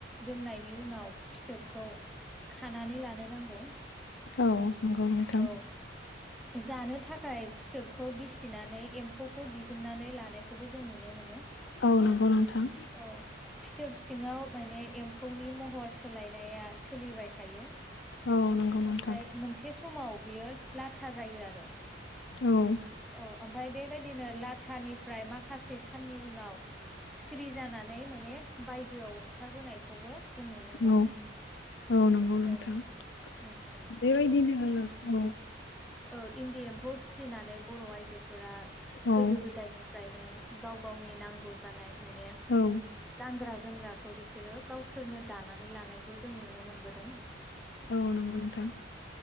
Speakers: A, in the centre; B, on the left.
A: दोननायनि उनाव फिथोबखौ खानानै लानो नांगौ
B: औ नंगौ नोंथां
A: औ जानो थाखाय फिथोबखौ बिसिनानै एम्फौखौ दिहुननानै लानायखौबो जों नुनो मोनो
B: औ नंगौ नोंथां
A: औ फिथोब सिङाव माने एम्फौनि महर सोलायनाया सोलिबाय थायो
B: औ नंगौ नोंथां
A: ओमफ्राय मोनसे समाव बियो लाथा जायो आरो
B: औ
A: औ ओमफ्राय बेबायदिनो लाथानिफ्राय माखासे साननि उनाव सिखिरि जानानै माने बायजोआव ओंखारबोनायखौबो जों नुनो मोनो
B: औ औ नंगौ नोंथां
A: औ
B: ।
A: औ
B: बेबायदिनो औ ।
A: ओ इन्दि एम्फौ फिसिनानै बर' आइजो फोरा
B: औ
A: गोदो गोदायनिफ्रायनो गाव गावनि नांगौ जानाय माने
B: औ
A: गानग्रा जोमग्राखौ बिसो सोरो गावसोरनो दानानै लानायखौ जों नुनो मोनबोदों ।
B: औ नंगौ नोंथां ।